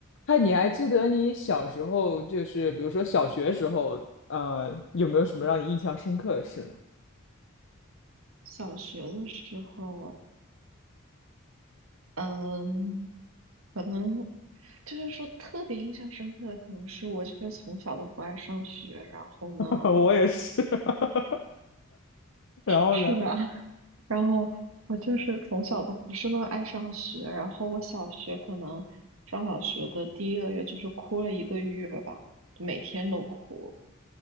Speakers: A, on the left; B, on the right.
A: 嗨，你还记得你小时候，就是比如说小学时候，呃，有没有什么让你印象深刻的事呢？
B: 小学的时候，嗯，可能就是说特别印象深刻的，可能是我就是从小都不爱上学，然后呢，
A: <laughs> 我也是。<laughs> 然后呢？
B: 是吧？<laughs> 然后我就是从小都不是那么爱上学，然后我小学可能上小学的第一个月就是哭了一个月吧，每天都哭。